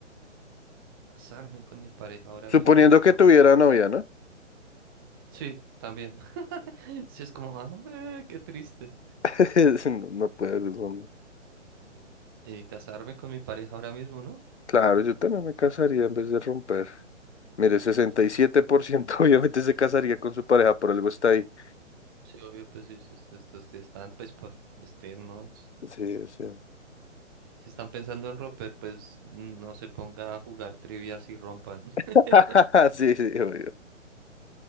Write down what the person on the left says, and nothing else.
Suponiendo
que
tuviera
novia, ¿no?
<laughs> No, no puedes, hombre.
Claro, yo también me casaría en vez de romper. Mire, 67%
<laughs> obviamente se casaría con su pareja, por algo está ahí.
Sí, sí.
<laughs> Sí, sí, obvio,